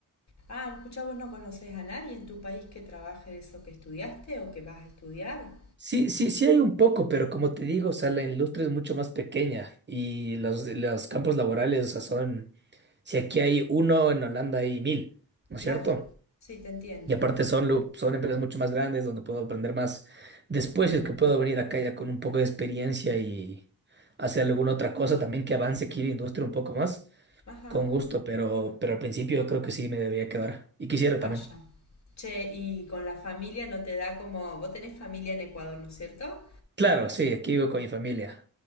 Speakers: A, on the left; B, on the right.
A: Ah, escucha, vos no conoces a nadie en tu país que trabaje de eso que estudiaste o que vas a estudiar.
B: Sí, sí, sí hay un poco, pero como te digo, o sea, la industria es mucho más pequeña y los, los campos laborales, o sea, son, si aquí hay uno, en Holanda hay mil, ¿no
A: Claro,
B: es cierto?
A: sí, te entiendo.
B: Y aparte
A: Ujú,
B: son, lu- son empresas mucho más grandes donde puedo aprender más después,
A: ujú.
B: y es que puedo venir acá ya con un poco de experiencia y hacer alguna otra cosa también que avance aquí la industria un poco más,
A: Ajá.
B: con gusto, pero, pero al principio creo que sí me debería quedar. Y quisiera
A: Allá.
B: también.
A: Che, y con la familia no te da como, vos tenés familia en Ecuador, ¿no es cierto?
B: Claro, sí, aquí vivo con mi familia.